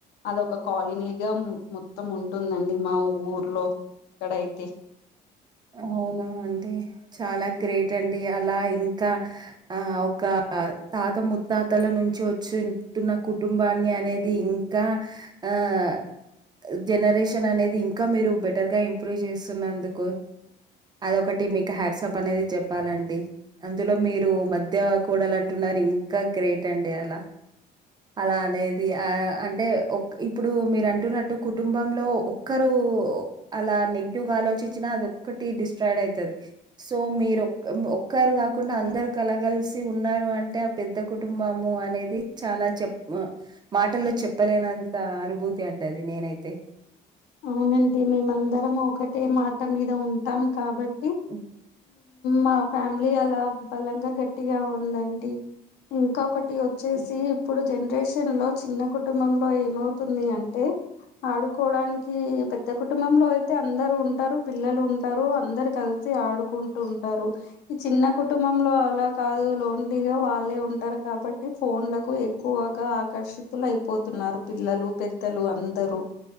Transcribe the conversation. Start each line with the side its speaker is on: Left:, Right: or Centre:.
Left: అదొక కాలనీగా మొత్తం ఉంటుందండి మా ఊర్లో ఇక్కడ అయితే
Right: అవునా అండి చాలా గ్రేట్ అండి అలా ఇంకా ఆ ఒక తాత ముత్తాతల నుంచి వచ్చితున్న కుటుంబాన్ని అనేది ఇంకా ఆహ్, జనరేషన్ అనేది ఇంక మీరు బెటర్ గా ఇంప్రూవ్ జేస్తున్నందుకు అదొకటి మీకు హ్యాట్సప్ అనేది చెప్పాలండి, అందులో మీరు మధ్య కోడలంటున్నరు ఇం ఇంకా గ్రేట్ అండి అలా అలానేది ఆ అంటే ఒక్ ఇప్పుడు మీరంటున్నట్టు కుటుంబంలో ఒక్కరు కూ అలా నెగిటివ్ గ ఆలోచించినా అదొక్ ఒకటి డిస్ట్రాయిడ్ అయితది సో మీరు ఒక్ ఒక్కరు గాకుండా అందరు కలగలిసి ఉన్నారు రు అంటే ఆ పెద్ద కుటుంబము అనేది చాలా చెప్ మాటల్లో చెప్పలేనంత అనుభూతి అంటది నేనైతే
Left: అవునండి మేమందరం ఒకటే మాట మీద ఉంటాం కాబట్
Right: ఉ
Left: మా ఫ్యామిలీ అలా బలంగా గట్టిగా ఉందండి ఇంక ఒకటి వచ్చేసి
Right: హ్మ్.
Left: ఇప్పుడు జనరేషన్ లో చిన్న కుటుంబంలో ఏమవుతుంది అంటే ఆడుకోడానిక్ కీ పెద్ద కుటుంబంలో అయితే అందరు ఉంటరు పిల్లలు ఉంటరూ అందరు కలిసి ఆడుకుంటుం టరు ఈ చిన్న కుటుంబంలో అలా కాదు లోన్లీగా వాళ్ళే ఉంటరు కాబట్టి ఫోన్లక్ కు ఎక్కువగా ఆకర్షితులయిపోతున్నారు పిల్లలు పెద్దలు అందరూ